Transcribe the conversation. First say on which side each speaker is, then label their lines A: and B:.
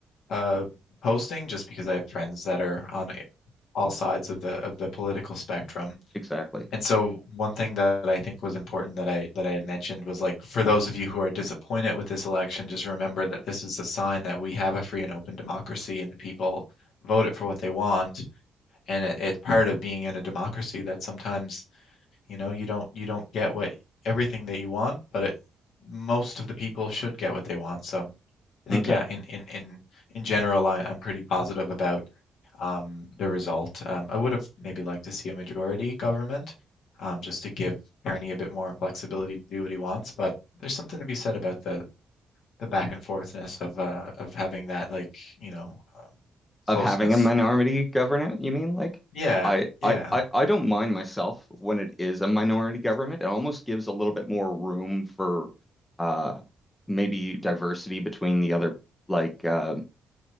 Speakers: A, on the left; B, on the left.
A: uh, posting, just because I have friends that are on all sides of the of the political spectrum.
B: exactly.
A: And so one thing that I think was important that I that I had mentioned was like for those of you who are disappointed with this election, just remember that this is a sign that we have a free and open democracy, and the people vote it for what they want and it, it's part of being in a democracy that sometimes you know, you don't you don't get what everything that you want, but it, most of the people should get what they want. So I think
B: Okay.
A: yeah, in in in in general, I, I'm pretty positive about um, the result. Um, I would have maybe liked to see a majority government, um, just to give Kearney a bit more flexibility to do what he wants. But there's something to be said about the the back and forthness of uh of having that like you know um,
B: of
A: closeness.
B: having a minority government, you mean? Like,
A: Yeah,
B: I,
A: yeah.
B: I, I, I don't mind myself when it is a minority government. It almost gives a little bit more room for uh, maybe diversity between the other, like, uh,